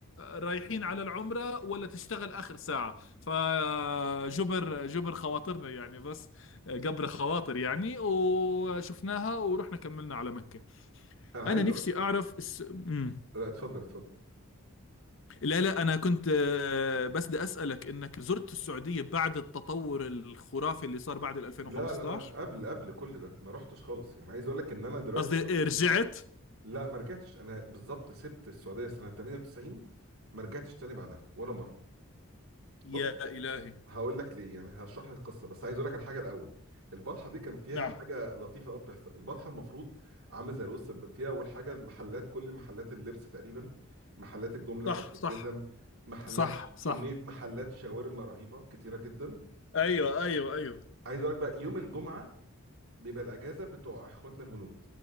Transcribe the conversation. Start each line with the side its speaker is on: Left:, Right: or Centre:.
Left: رايحين على العمرة ولا تشتغل اخر ساعة فجبر جبر خواطرنا يعني بس جبر خواطر يعني وشفناها ورحنا كملنا على مكة
Right: انا
Left: انا
Right: عايز
Left: نفسي
Right: اقول لك
Left: اعرف الس... مم.
Right: لا اتفضل اتفضل
Left: لا لا انا كنت آه، بس بدي اسالك انك زرت السعودية بعد التطور الخرافي اللي صار بعد ال 2015
Right: لا لا لا قبل قبل كل ده ما رحتش خالص يعني عايز اقول لك ان انا دلوقتي
Left: قصدي إيه، رجعت
Right: لا ما رجعتش انا بالظبط سبت السعوديه سنه 98 ما رجعتش تاني بعدها ولا مره
Left: يا
Right: بص
Left: إلهي
Right: هقول لك ليه يعني هشرح لك القصه بس عايز اقول لك على حاجه الاول البطحه دي كان فيها
Left: نعم
Right: حاجه لطيفه قوي بتحصل البطحه المفروض عامله زي الوسط ب- فيها اول حاجه المحلات كل محلات اللبس تقريبا محلات الجمله
Left: صح
Right: بتاعت الجزم
Left: صح
Right: محلات
Left: صح صح
Right: كميه محلات شاورما رهيبه كتيره جدا
Left: ايوه ايوه ايوه
Right: عايز اقول لك بقى يوم الجمعه بيبقى الاجازه بتوع اخواتنا الهنود